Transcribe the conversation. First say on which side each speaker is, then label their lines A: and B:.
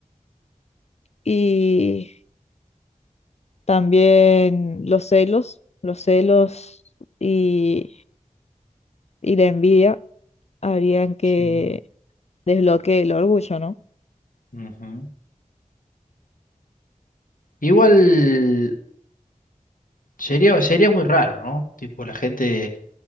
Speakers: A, on the left; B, on the left.
A: y también los celos, los celos y, y la envidia harían que
B: Sí.
A: desbloquee el orgullo, ¿no?
B: Ujú. Igual sería sería muy raro, ¿no? Tipo la gente